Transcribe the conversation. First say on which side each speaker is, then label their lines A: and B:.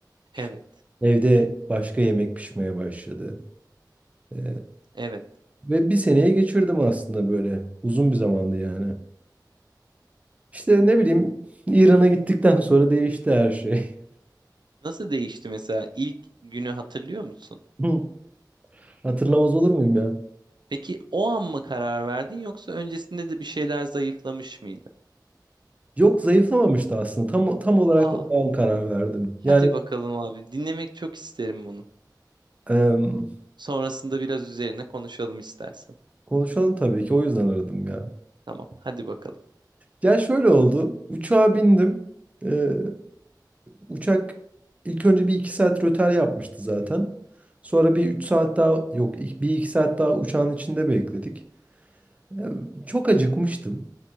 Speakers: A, on the right; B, on the right.
A: Evet.
B: İşte evde başka yemek pişmeye başladı. E,
A: Evet.
B: ve bir seneye geçirdim aslında böyle. Uzun bir zamandı yani. İşte ne bileyim İran'a gittikten <laughs> sonra değişti her şey.
A: Nasıl değişti mesela ilk günü hatırlıyor musun?
B: <laughs> Hatırlamaz olur muyum ya?
A: Peki o an mı karar verdin yoksa öncesinde de bir şeyler zayıflamış mıydı?
B: Yok zayıflamamıştı aslında. Tam tam olarak
A: Aa,
B: o an karar verdim.
A: hadi
B: Yani
A: bakalım abi. Dinlemek çok isterim bunu.
B: em,
A: Sonrasında biraz üzerine konuşalım istersen.
B: konuşalım tabii ki o yüzden aradım ya.
A: Tamam, hadi bakalım.
B: Ya şöyle oldu. Uçağa bindim. Ee, uçak ilk önce bir iki saat rötar yapmıştı zaten. Sonra bir üç saat daha yok ik- bir iki saat daha uçağın içinde bekledik. Ee, çok acıkmıştım.